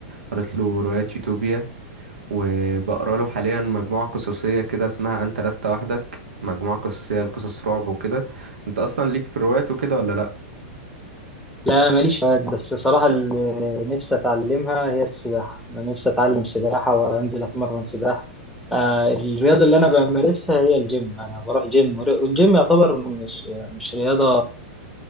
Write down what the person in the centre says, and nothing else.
لا ماليش فوائد بس صراحة اللي نفسي أتعلمها هي السباحة أنا نفسي أتعلم سباحة وأنزل أتمرن سباحة آه، الرياضة اللي أنا بمارسها هي الجيم أنا بروح جيم ور- والجيم يعتبر مش مش رياضة